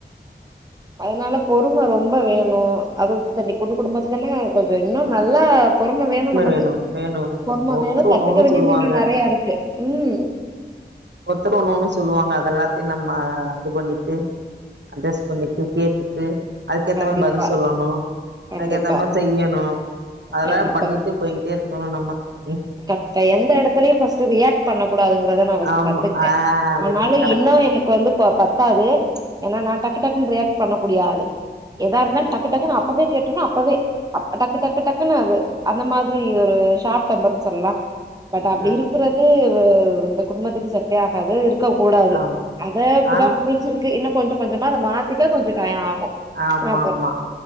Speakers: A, on the right; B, on the right.
A: அதனால பொறும ரொம்ப வேணு அது உட்டுட்டு அப்டி கூட்டு குடும்பத்துலல்லா கொஞ்சம் இன்னும் நல்லா பொறும வேணும் நமக்கு
B: வேணு வேணு வேணு
A: பொறும
B: ஒவ்வொருத்தரு
A: வேணும் கத்துக்க
B: ஒண்ணு ஒண்ணு
A: வேண்டியது
B: சொல்லுவாங்க
A: இன்னும் நறையா இருக்கு ம்
B: ஒத்தர் ஒன்னு ஒன்னு சொல்லுவாங்க அத எல்லாத்தையும் நம்ம அது பண்ணிட்டு அஜ்ஜஸ் பண்ணிட்டு கேட்டுட்டு அதுக்கேத்த
A: கண்டிப்பா
B: பதில் சொல்லணும்
A: கண்டிப்பா
B: அதுக்கேத்த மார் செய்யணும் அதல்லாம்
A: கண்டிப்பா
B: பண்ணிட்டு போய்கிட்டே இருக்கணும் நம்ம ம்
A: இப்ப எந்த இடத்துலயையும் ஃபஸ்ட் ரியாக்ட் பண்ணக் கூடாதுங்கறத நான் ஃபஸ்ட்
B: ஆமா
A: கத்துக்கிட்ட
B: ஆ
A: ஆனாலும்
B: வெரி கரெக்ட்
A: இன்னும் எனக் கு வந்து ப பத்தாது ஏன்னா நான் டக்கு டக்குன்னு ரியாக்ட் பண்ண கூடிய ஆளு எதா இருந்தாலும் டக்கு டக்குன்னு அப்பவே கேட்ருவ அப்பவே அப் டக்கு டக்கு டக்குனு அது அந்த மாதிரி ஒரு ஷாட் டெம்பருன் சொல்லா பட் அப்டி
B: ஆ
A: இருக்குறது இந்த குடும்பத்துக்கு செட்டே ஆகாது க்க கூடாது
B: ஆம்
A: அத இப்பதா
B: ஆன்
A: புரிஞ்சிருக்கு இன்னு கொஞ்ச கொஞ்சமா அத மாத்திக்க கொஞ்சோ டயோ ஆகு
B: ஆமாமா
A: மாத்தணு